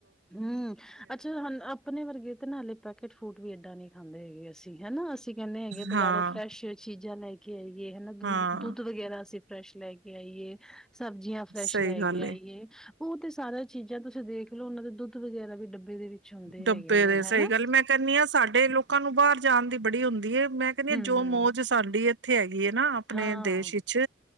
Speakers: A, in the centre; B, on the right.
A: ਹੂੰ ਅੱਛਾ ਹੁਣ ਆਪਣੇ ਵਰਗੇ ਤੇ ਨਾ ਹਲੇ ਪੈਕੇਟ ਫੂਡ ਵੀ ਏਦਾਂ ਨਹੀਂ ਖਾਂਦੇ ਹੈਗੇ ਅਸੀਂ ਹਨਾ। ਅਸੀਂ ਕਹਿੰਦੇ ਹੈਗੇ
B: ਹਾਂ
A: ਬਜ਼ਾਰੋਂ ਫਰੈਸ਼ ਚੀਜ਼ਾਂ ਲੈ ਕੇ ਹਨਾ ਦੁ
B: ਹਾਂ
A: ਦੁੱਧ ਵਗੈਰਾ ਅਸੀ ਫਰੈਸ਼ ਲੈ ਕੇ ਆਈਏ। ਸਬਜ਼ੀਆਂ ਫਰੈਸ਼
B: ਸਹੀ
A: ਲੈ
B: ਗੱਲ
A: ਕੇ ਆਈਏ।
B: ਏ।
A: ਉਹ ਤੇ ਸਾਰੀਆਂ ਚੀਜ਼ਾਂ ਤੁਸੀਂ ਦੇਖ ਲਓ ਉਹਨਾਂ ਦੇ ਦੁੱਧ ਵਗੈਰਾ ਵੀ ਡੱਬੇ ਦੇ ਵਿੱਚ ਹੁੰਦੇ
B: ਡੱਬੇ
A: ਹੈਗੇ ਨੇ
B: ਦੇ
A: ਹਨਾ।
B: ਸਹੀ ਗੱਲ ਮੈਂ ਕਹਿੰਦੀ ਹਾਂ ਸਾਡੇ ਲੋਕਾਂ ਨੂੰ ਬਾਹਰ ਜਾਣ ਦੀ ਬੜੀ ਹੁੰ ਦੀ ਏ। ਮੈਂ ਕਹਿੰਦੀ
A: ਹੂੰ,
B: ਹਾਂ ਜੋ ਮੌਜ ਸਾਡੀ ਏ ਇਥੇ ਆਈ ਏ ਨਾ ਆਪਣੇ
A: ਹਾਂ,
B: ਦੇਸ਼ ਵਿੱਚ